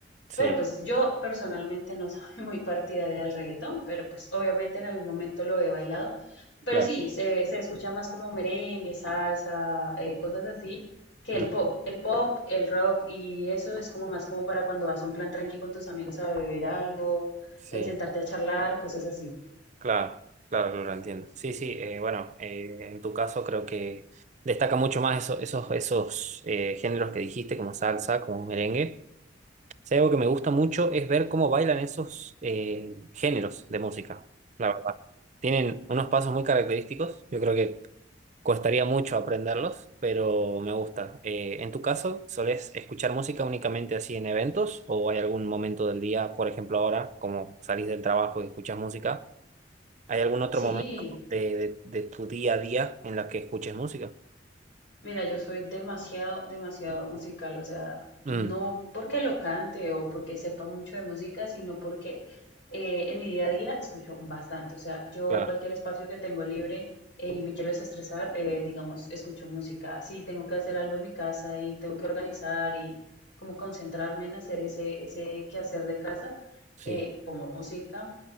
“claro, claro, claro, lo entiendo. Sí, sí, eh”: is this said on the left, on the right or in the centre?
Right